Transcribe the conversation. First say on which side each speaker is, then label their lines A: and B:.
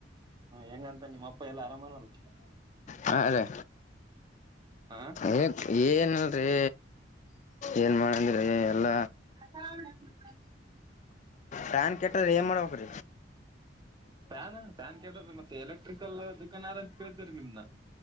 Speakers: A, on the right (about 25°); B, on the left (about 40°).
A: ಹೆಂಗಂತ ನಿಮ್ಮ ಅಪ್ಪ ಎಲ್ಲಾ ಆರಾಮನಲ್ಲ
B: ಹಾ ಅದೇ.
A: ಹಾ
B: ಏನ್ ಏನಿಲ್ರಿ ಏನ್ ಮಾಡಿಲಿ ರೀ ಎಲ್ಲ.
A: <unintelligible>
B: ಪ್ಯಾನ್ ಕೆಟ್ಟ್ರೇ ಏನ್ ಮಾಡುವ. <inaudible>
A: ಫ್ಯಾನ್ ಫ್ಯಾನ್ ಕೇಟದ ಮತ್ತೆ ಎಲೆಕ್ಟ್ರಿಕಲ್ ದುಕಾನ್ ಅದ ಅಂತ ಕೇಳ್ತರಿ ನಿಮ್ನ